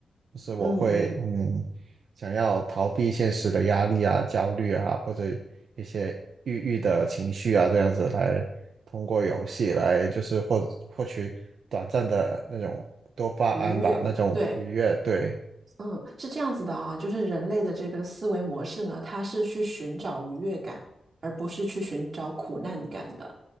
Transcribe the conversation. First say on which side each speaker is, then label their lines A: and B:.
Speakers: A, on the right; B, on the right.
A: 就是我会嗯，
B: 嗯嗯，
A: 想要逃避现实的压力啊、焦虑啊，或者一些抑郁的情绪啊，这样子来通过游戏来就是获获取短暂的那种多巴胺吧，
B: 愉悦，
A: 那种愉悦。
B: 对，
A: 对，
B: 嗯，是这样子的啊，就是人类的这个思维模式呢，它是去寻找愉悦感，而不是去寻找苦难感的。